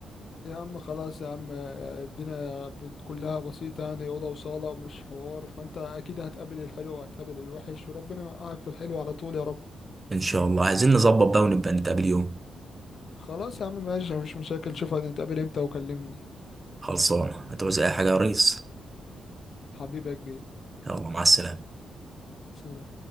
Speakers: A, on the left (about 55°); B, on the right (about 25°).
A: يا عم خلاص يا عم اه، الدنيا كلها بسيطة يعني أوضة وصالة مش حوار فانت أكيد هتقابل الحلو وهتقابل الوحش وربنا يوقعك في الحلو على طول يا رب
B: ان شاء الله عايزين نظبط بقى ونبقى نتقابل يوم
A: خلاص يا عم ماشي مفيش مشاكل شوف هنتقابل امتى وكلمني
B: خلصانه هتعوز اي حاجه يا ريس
A: حبيبي يا كبير
B: يلا مع السلامه
A: سلام